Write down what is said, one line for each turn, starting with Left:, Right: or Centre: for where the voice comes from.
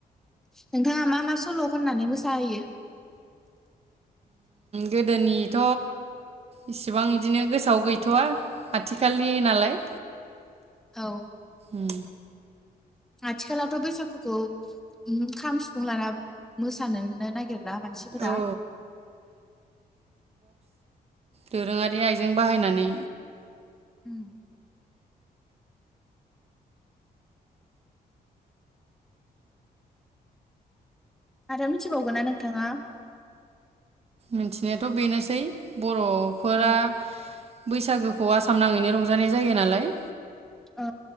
Centre: नोंथाङा मा मा सल' खननानै मोसाहोयो
Right: गोदोनिथ इसिबां बिदिनो गोसोआव गैथ'वा आथिखालनि नालाय
Centre: औ
Right: उम
Centre: आथिखालावथ बैसागुखौ खाम सिफुं लाना मोसानोनो नागिर मानसिफोरा
Right: औ
Centre: <inaudible>
Right: दोरोंङारि आइजें बाहायनानै
Centre: उम आरो मिथिबावगोन ना नोंथाङा
Right: मिथिनायाथ‌ बेनोसै बर'फोरा
Centre: औ
Right: बैसागोखौ आसाम नांङैनो रंजानाय जायो नालाय
Centre: औ